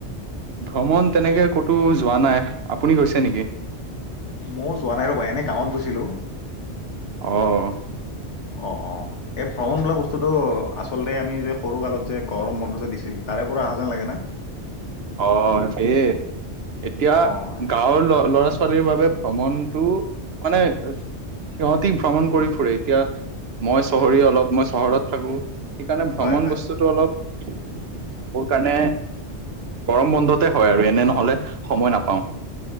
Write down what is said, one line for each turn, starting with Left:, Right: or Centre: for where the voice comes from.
Right: ভ্ৰমণ তেনেকে ক'তো যোৱা নাই আপুনি গৈছে নিকি
Left: মই ও যোৱা নাই ৰ'বা এনে গাঁৱত গৈছিলোঁ
Right: অহ
Left: অ অ এই ভ্ৰমণ বোলা বস্তুটো আচলতে আমি যে সৰু কালত যে গৰম বন্ধ যে দিছিল তাৰে পৰা অ হা যেন লাগে ন
Right: অ সেই এতিয়া
Left: অঁ
Right: গাঁৱৰ ল ল'ৰা ছোৱাল ছোৱালীৰ বাবে ভ্ৰমণটো মানে সিহঁতি ভ্ৰমণ কৰি ফুৰে এতিয়া মই চহৰীয়া অলপ মই চহৰত থাকো সেইকাণে ভ্ৰমণ
Left: হয় হয়
Right: বস্তুটো অলপ মোৰ কাৰণে গৰম বন্ধতে হয় আৰু এনে নহলে সময় নাপাওঁ